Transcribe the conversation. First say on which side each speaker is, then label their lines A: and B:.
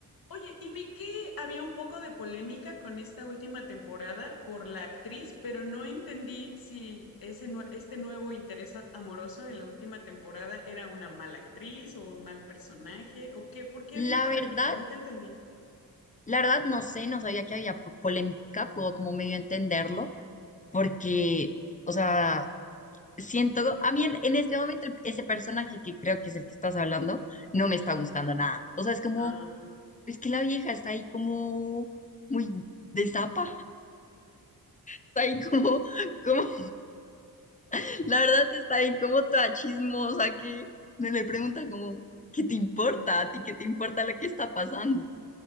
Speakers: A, on the left (about 70°); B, on the left (about 20°).
A: Oye, y vi que había un poco de polémica con esta última temporada por la actriz, pero no entendí si ese nue- este nuevo interés a- amoroso en la última temporada era una mala actriz o un mal personaje o qué, ¿por qué
B: la
A: había polémica?
B: verdad,
A: Nunca entendí.
B: la verdad no sé, no sabía que había po- polémica, puedo como medio entenderlo, porque, o sea, siento, a mí en, en este momento el- ese personaje que creo que es el que estás hablando, no me
A: Ajá.
B: está gustando nada. O sea, es como,
A: Ah,
B: es que la vieja está ahí como muy de zapa, está ahí como, como, <laughs> la verdad está ahí como toda chismosa que me le pregunta como, ¿qué te importa? ¿A ti qué te importa lo que está pasando?